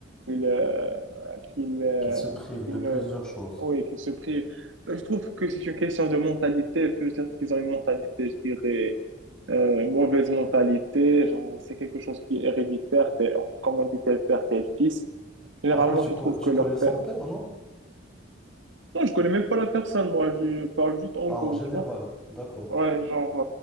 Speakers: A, on the right; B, in the centre.
A: qu'ils euh, qu'ils euh,
B: qu'il se prive
A: qu'ils
B: de plusieurs
A: ne,
B: choses.
A: oui, qu'ils se privent bah, Je trouve que c'est une question de mentalité. Peut-être qu'ils ont une mentalité, je dirais, euh, mauvaise mentalité. Genre, c'est quelque chose qui est héréditaire. T'es- comme on dit, tel père, tel fils. Généralement,
B: Ah oui, tu,
A: tu
B: con-
A: trouves
B: tu
A: que leur
B: connais son
A: père.
B: père, non?
A: Non, je connais même pas la personne, moi. Je parle juste en
B: Ah,
A: gros,
B: en général,
A: tu vois.
B: d'accord.
A: Ouais, genre,